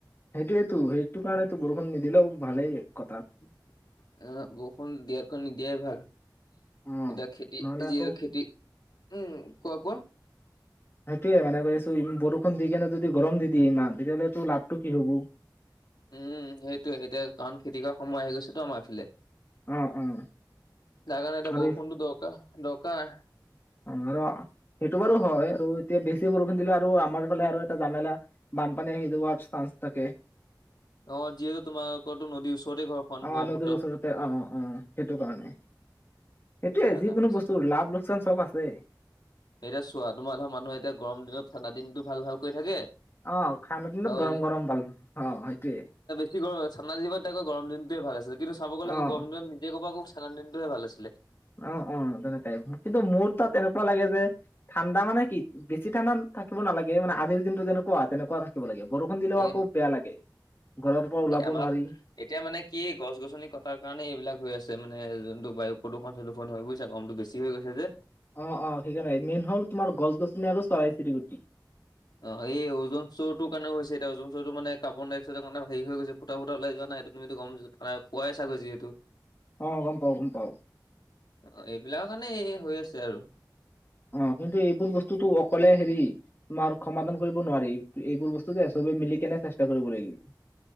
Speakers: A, on the left (about 30°); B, on the left (about 65°).
A: সেইটোৱেতো সেইটো কাৰণেতো বৰষুণ নিদিলেও ভালেই এক কথাত।
B: হুম টি টি টি এ এ এ বৰষুণ দিয়াতকৈ নিদিয়াই ভাল।
A: অ',
B: এতিয়া খেতি
A: নহ'লে
B: যিহেতু
A: আকৌ
B: খেতি উম কোৱা কোৱা
A: সেইটোৱে মানে কৈ আছো বৰষুণ দি কেনে যদি গৰম দি দিয়ে ইমান, তেতিয়াহ'লেটো লাভটো কি হব।
B: উম সেইটোয়ে এতিয়া কাৰণ খেতি কৰা সময় আহি গৈছেতো আমাৰ ইফালে?
A: অ', অ',
B: যাৰ কাৰণে এতিয়া
A: আৰু
B: বৰষুণটো দৰকাৰ দৰকাৰ।
A: অ আৰু সেইটো বাৰু হয় আৰু এতিয়া বেছি বৰষুণ দিলে আৰু আমাৰ ফালে আৰু এটা জামেলা। বানপানী আহি যোৱাৰ চাঞ্চ থাকে।
B: অ যিহেতু তোমালোকৰতো নদীৰ ওচৰতে ঘৰখন
A: অ
B: ব্ৰহ্মপুত্ৰ
A: নদীৰ ওচৰতে অ অ সেইটো
B: উম
A: কাৰণে। সেইটোয়ে
B: তাৰ
A: যিকোনো
B: কাৰণে
A: বস্তুৰ লাভ -লোকচান চব আছে।
B: এতিয়া চোৱা, তোমাৰ ধৰা মানুহ এতিয়া গৰম দিনত ঠাণ্ডা দিনটো ভাল ভাল কৈ থাকে
A: অ ঠাণ্ডা দিনত
B: আৰু
A: গৰম গৰম ভাল অ সেইটোয়ে।
B: কি কৰো ঠাণ্ডা দিনত তেতিয়া আকৌ গৰম দিনোটোৱে ভাল আছিল, কিন্তু চাব গ'লে আকৌ
A: অ'।
B: গৰম দিনত নিজে কব আকৌ ঠাণ্ডা দিনটোহে ভাল আছিলে।
A: অ অ তেনেকাই, কিন্তু মোৰ তাত এনেকুৱা লাগে যে ঠাণ্ডা মানে কি, বেছি ঠাণ্ডা থাকিব নালাগে মানে আজিৰ দিনটো যেনেকুৱা তেনেকুৱা থাকিব লাগে। বৰষুণ দিলেও
B: এই
A: আকৌ বেয়া লাগে ঘৰৰ পৰা ওলাবও
B: এই আমাক
A: নোৱাৰি।
B: এতিয়া মানে কি গছ - গছনি কটাৰ কাৰণে এইবিলাক হৈ আছে মানে যোনটো বায়ু প্ৰদূষণ প্ৰদূষণ হয় বুজিছা গৰমটো বেছি চি হৈ গৈছে যে?
A: অ অ সেইকাৰণে মেইন হ'ল তোমাৰ গছ- গছনি আৰু চৰাই - চিৰিকতি।
B: অ এই ওজন স্তৰটো কাৰণে হৈছে এতিয়া অজন স্তৰটো মান কাৰ্বন ডাইক্সাইডৰ কাৰণে হেৰি হৈ গৈছে। ফুটা ফুটা উলাই যোৱা নাই সেইটো তুমিতো গম পোৱাই চাগৈ যিহেতু?
A: অ গম পাও গম পাও।
B: অ এইবিলাকৰ কাৰণে এই হৈ আছে আৰু।
A: অ কিন্তু এইবোৰ বস্তুটো অকলে হেৰি তোমাৰ সমাধান কৰিব নোৱাৰি, এইবোৰ বস্তু যে চবে মিলি কেনে চেষ্টা কৰিব লাগিব।